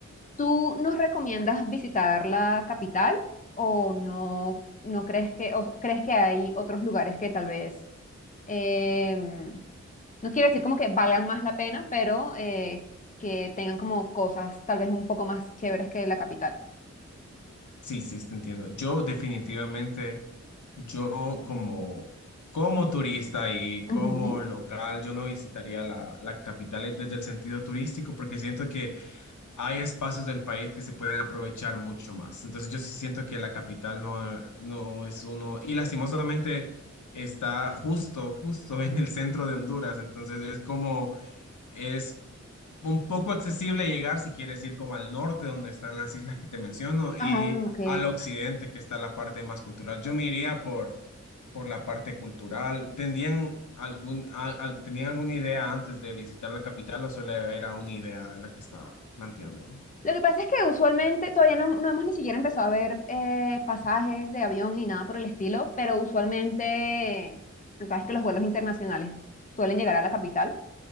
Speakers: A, on the left (about 25°); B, on the left (about 85°).
A: ¿tú nos recomiendas visitar la capital o no, no crees que, o crees que hay otros lugares que tal vez em, no quiero decir como que valgan más la pena, pero eh, que tengan como cosas tal vez un poco más chéveres que la capital.
B: Sí, sí, te entiendo. Yo definitivamente, yo como, como turista y como
A: Ujú.
B: local, yo no visitaría la, la capital desde el sentido turístico porque siento que hay espacios del país que se pueden aprovechar mucho más. Entonces yo sí siento que la capital no, no es uno, y lastimosamente está justo, justo en el centro de Honduras. Entonces es como, es un poco accesible llegar si quieres ir como al norte, donde están las islas que te menciono, y
A: Ah, ok.
B: al occidente, que está la parte más cultural. Yo me iría por, por la parte cultural. ¿Tendrían algún, a- al- ¿tenían alguna idea antes de visitar la capital o solo era una idea la que estaba planteando?
A: Lo que pasa es que usualmente todavía no, no hemos ni siquiera empezado a ver eh, pasajes de avión ni nada por el estilo, pero usualmente, tú sabes que los vuelos internacionales suelen llegar a la capital.